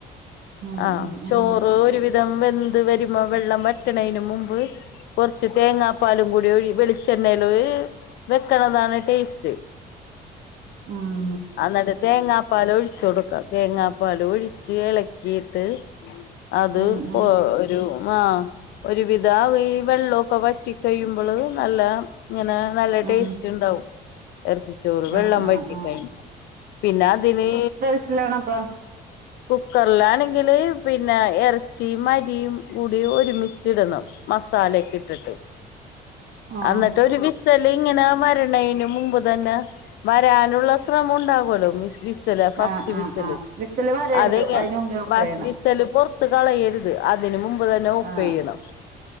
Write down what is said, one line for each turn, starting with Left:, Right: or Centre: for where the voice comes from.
Right: ഉം
Left: ആഹ്
Right: ഉം ഉം
Left: ചോറ് ഒരുവിധം വെന്ത് വരുമ്പോ വെള്ളം വറ്റണേന് മുമ്പ് കുറച്ച് തേങ്ങാപ്പാലും കൂടി ഒഴി വെളിച്ചെണ്ണേല് വെക്കണതാണ് ടേസ്റ്റ്
Right: ഉം
Left: അന്നിട്ട് തേങ്ങാപ്പാൽ ഒഴിച്ചു കൊടുക്കാം തേങ്ങാപ്പാൽ ഒഴിച്ച് എള കീട്ട് അത്
Right: ഉം ഉം
Left: പോ ഒരു ആഹ് ഒരുവിധ ഈ വെള്ളൊക്കെ വറ്റി കഴിയുമ്പള് നല്ല ഇങ്ങനെ നല്ല
Right: ഉം
Left: ടേസ്റ്റ് ഇണ്ടാവും ഇറച്ചിച്ചോറ് വെള്ളം
Right: ആഹ് ആഹ്
Left: വറ്റി
Right: ആഹ്
Left: കഴിഞ്ഞ് പിന്ന അതിന്
Right: ട്ടിലാണപ്പ
Left: കൊർലാണെങ്കില് പിന്നെ ഇറച്ചിം അരിം കൂടി ഒരുമിച്ചിടണം മസാലക്കെ ഇട്ടിട്ട്
Right: ആഹ്
Left: എന്നിട്ട് ഒരു വി സല് ഇങ്ങനെ വരണേന് മുമ്പ് തന്നെ വരാനുള്ള ശ്രമം ഉണ്ടാകുല്ലോ വിസ് സല് ഫസ്റ്റ്
Right: ആഹ്
Left: വിസല്
Right: ആഹ് ആഹ് വിസില് വരരുത്
Left: അതെങ്ങ
Right: അതിന് മുമ്പേ ഓഫ്
Left: ഫസ്റ്റ്
Right: ചെയ്യണം
Left: വിസല് പൊർത്ത കളയരു താ അതിന് മുമ്പ് തന്നെ ഓഫ്
Right: ആഹ്
Left: ചെയ്യണം